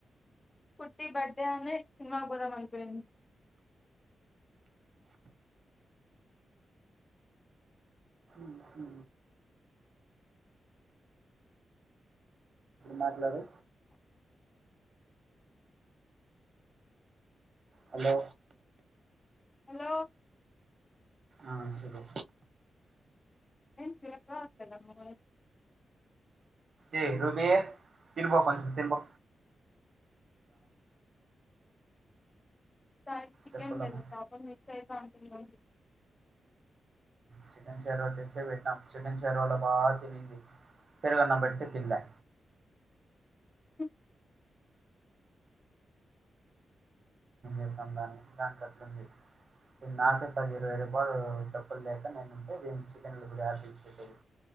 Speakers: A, on the left; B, on the right.
A: కుట్టి బర్డే అనే సినిమాకు పోదం అనుకున్నాను
B: మ్ మాట్లాడు హలో
A: హలో
B: ఆ చెప్పు
A: ఏం చేత్త అందనమోయ్
B: ఏ రూబీ తినుబో కుంచెం తింబో
A: సార్ చికెన్
B: చెప్పలమ్మ
A: లేదు పాపం మిస్సయిత ఉంటుంది దానికి
B: చికెన్ చెరువ తెచ్చే పెట్టాం చికెన్ చెరువలో బాగా తినింది పెరుగన్నం పెడితే తిన్లే
A: మ్
B: ఎ సన్దాన్ని దానికి అట్లుంది నాకే పది ఇరవై రూపాయలు డబ్బులు లేక నేను ఉంటేే దీని చికెన్లు తెచ్చి పెట్టేది